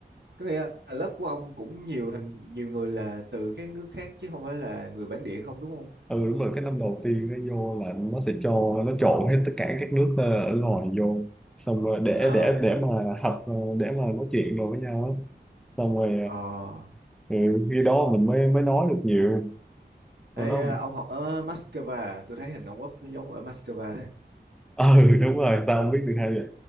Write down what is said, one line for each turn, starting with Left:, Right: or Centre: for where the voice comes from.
Right: có nghĩa là lớp của ông cũng nhiều thành nhiều người là từ các nước khác chứ không phải là người bản địa không đúng không?
Centre: ừ đúng rồi cái năm đầu tiên nó vô là nó sẽ cho nó trộn hết tất cả các nước ờ, ở ngoài vô xong rồi để
Right: Ờ.
Centre: để để mà học ờ, để mà nói chuyện rồi với nhau á. xong rồi
Right: Ờ.
Centre: ờ, ừ, khi đó mình mới mới nói được nhiều
Right: Ê,
Centre: rồi đó
Right: ông học ở Moscow, à? tôi thấy hình ông úp nó giống ở Moscow đấy.
Centre: ừ <laughs> đúng rồi sao không biết được hay vậy